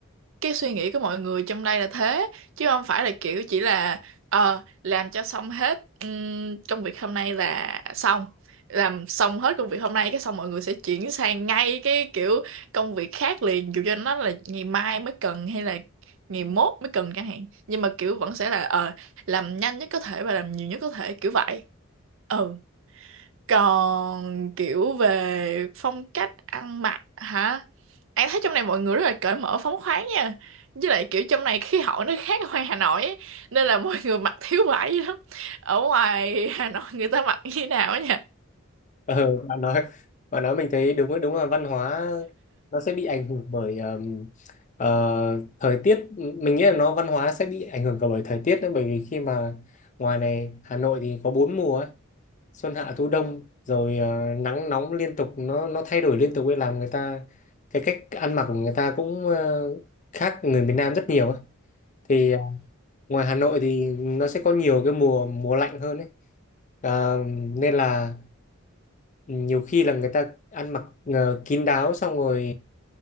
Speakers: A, on the right; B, on the left.
A: cái suy nghĩ của mọi người trong đây là thế chứ không phải là kiểu chỉ là ờ làm cho xong hết ừm, công việc hôm nay là xong làm xong hết công việc hôm nay cái xong mọi người sẽ chuyển sang ngay cái kiểu công việc khác liền dù cho nó là ngày mai mới cần hay là ngày mốt mới cần chẳng hạn nhưng mà kiểu vẫn sẽ là ờ làm nhanh nhất có thể và làm nhiều nhất có thể kiểu vậy ừ còn kiểu về phong cách ăn mặc hả An thấy trong này mọi người rất là cởi mở phóng khoáng nha với lại kiểu trong này khí hậu nó khác ở ngoài Hà Nội ấy, nên là mọi người mặc <laughs> thiếu vải dữ lắm ở ngoài Hà Nội người ta mặc như thế nào ấy nha
B: Ờ, bạn nói bạn nói mình thấy đúng đúng là văn hóa nó sẽ bị ảnh hưởng bởi ờm, ờ, thời tiết mình nghĩ là nó văn hóa sẽ bị ảnh hưởng cả bởi thời tiết nữa bởi vì khi mà ngoài này Hà Nội thì có bốn mùa ấy, xuân hạ thu đông rồi ờ, nắng nóng liên tục nó nó thay đổi liên tục ấy làm người ta cái cách ăn mặc của người ta cũng ờ, khác người miền Nam rất nhiều ấy. Thì ờ, ngoài Hà Nội thì nó sẽ có nhiều cái mùa mùa lạnh hơn ấy. Ờ, nên là nhiều khi là người ta ăn mặc ờ, kín đáo xong rồi